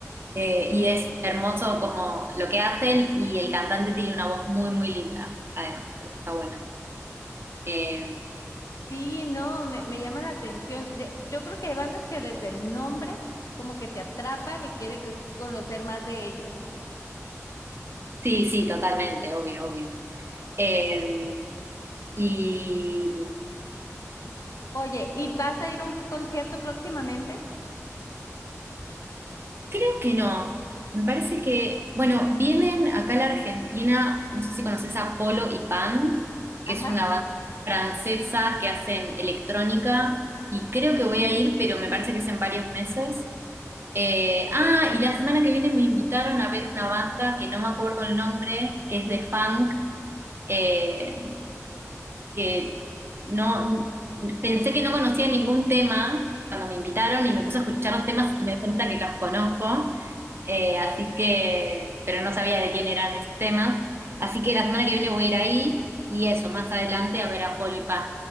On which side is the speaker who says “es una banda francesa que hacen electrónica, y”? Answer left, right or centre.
Right